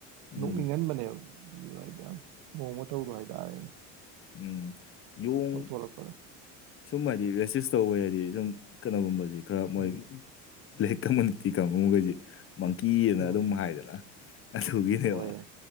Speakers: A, on the left; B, on the right.
A: ꯎꯝ
B: ꯅꯣꯛꯅꯤꯡꯍꯟꯕꯅꯦꯕ ꯗ ꯍꯥꯏꯗꯤ ꯌꯥꯝ ꯃꯑꫭꯡꯡ ꯃꯇꯧꯗꫭ ꯍꯥꯏꯇꯥꯔꯦꯅꯦ
A: ꯎꯝ ꯌꫭꯡ
B: ꯇꯧꯊꯣꯂꯛꯄꯗꯣ
A: ꯁꯨꯝ ꯍꯥꯏꯗꯤ ꯔꯦꯁꯤꯁ ꯇꯧꯕ ꯍꯥꯏꯗꯤ ꯁꯨꯝ ꯀꯩꯅꯒꯨꯝꯕꯁꯦ ꯈꯔ ꯃꯣꯏ
B: ꯎꯝ
A: ꯕ꯭ꯂꯦꯛ ꯀꯝꯃꯨꯅꯤꯇꯤ ꯀꯥꯡꯒꯩꯖꯤ ꯃꯪꯀꯤꯑꯅ
B: ꯎꯝ
A: ꯑꯗꯨꯝ ꯍꯥꯏꯗꯅ ꯑꯗꯨꯒꯤꯅꯦꯕ
B: ꯍꯣꯏ